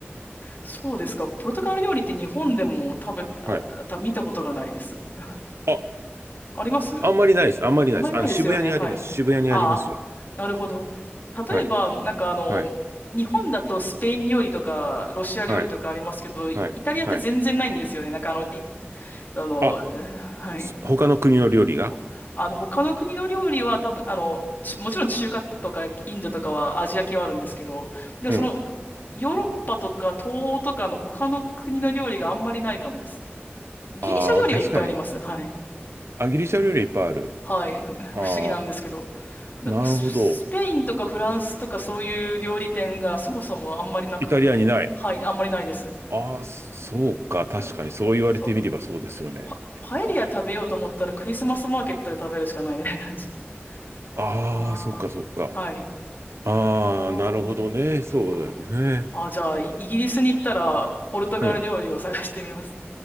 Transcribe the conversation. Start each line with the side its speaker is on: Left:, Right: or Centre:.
Left: そうですか。ポルトガル料理って日本でも食べ、あ、
Right: はい。
Left: た、見たことがないです。<laughs>
Right: あ、
Left: あります
Right: あんまりないです。あんまりないです。
Left: あんまりないですよね。
Right: あの、渋谷にあります。
Left: はい。
Right: 渋谷にありますよ。
Left: ああ、なるほど。
Right: はい。
Left: 例えば、なんかあの、
Right: はい。
Left: 日本だとスペイン料理とかロシア料理とかありますけど、
Right: はい。
Left: イイタリアって全然ないんですよね。
Right: はい。はい。
Left: なんかあの、りあの、
Right: あ、
Left: <laughs> はい。
Right: す他の国の料理が
Left: ほあの、他の国の料理は多分、あの、ちもちろん中華とかインドとかはアジア系はあるんですけど、でもその、
Right: うん。
Left: ヨーロッパとか東欧とかの他の国の料理があんまりないかもです。ギリシャ料理はいっぱいあります。
Right: ああ、確かに。
Left: はい。
Right: あ、ギリシャ料理いっぱいある。
Left: はい。<laughs>
Right: ああ、
Left: 不思議なんですけど。なんかススペインとかフランスとかそういう料理店がそもそもあんまりなくって。
Right: なるほど。イタリアにない。
Left: はい、あんまりないです。
Right: ああ、そうか。確かに、
Left: なんか、
Right: そう言われてみればそうですよね。
Left: そうなの。なんかパ、パエリア食べようと思ったらクリスマスマーケットで食べるしかないみたいな感じ。
Right: ああ、
Left: <laughs> ああ、
Right: そっか、そっか。
Left: はい。
Right: ああ、
Left: ああ、
Right: なるほどね。
Left: でも、
Right: そうですね。
Left: そうか。あーじゃあ、イイギリスに行ったら、ポルトガル料理を探してみます。
Right: うん。